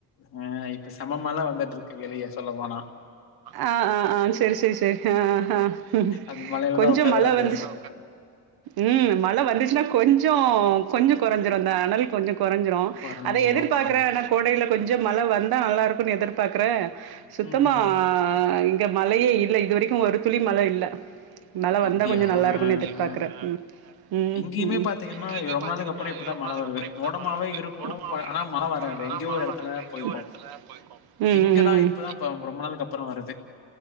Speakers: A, on the left; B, on the right.
A: ஆ இப்ப சம்ம மழ வந்துட்டு இருக்கு வெளியே சொல்ல போனா
B: ஆ ஆ ஆ செரி செரி செரி ஆ ஆ ஆ ம் ம்
A: அது மழையிலதா
B: கொஞ்சம்
A: உக்காந்து
B: மழ
A: நா பேசிட்டு
B: வந்துச்சு
A: இருக்கே
B: ம் மழ வந்துச்னா கொஞ்சோ கொஞ்சோ கொறஞ்சிரு இந்த அனல் கொஞ்ச கொறஞ்சிரு
A: கொறஞ்சிரு
B: அத எதிர்பாக்ற
A: ஆம்
B: ஆனா கோடையில கொஞ்சொ மழ வந்தா நல்லாருக்குன்னு எதிர்பாக்றே சுத்தமா
A: ம்
B: இங்க மழையே இல்ல இது வரைக்கு ஒரு துளி மழ இல்ல மழ
A: அப்டியா
B: வந்தா கொஞ்சொ நல்லாருக்குன்னு
A: ஆ
B: எதிர்பாக்றே
A: ஆ
B: ம் ம்
A: இங்கேயுமே
B: ம்
A: பாத்தீங்கன்னா ரொம்ப நாளைக்கு அப்புறோ
B: ஆனா
A: இப்பதா
B: ரொம்ப
A: மழ
B: நாளைக்கு
A: வருது
B: அப்றோ இப்பதா
A: மோடமாவே
B: மழ வருது
A: இருக்கு
B: மோடமாவே
A: ஆனா
B: இருக்குன்
A: மழ வராது
B: ஆனா
A: எங்கேயோ
B: மழ
A: ஒரு எடத்துல
B: வராது எங்கயோ
A: போய்க்கு
B: ஒரு எடத்துல தா போய்க்கு ம் ம்
A: இங்கதா
B: ம் ம், ம்
A: இப்பதா ரொம்ப நாளுக்கு அப்புறோ வருது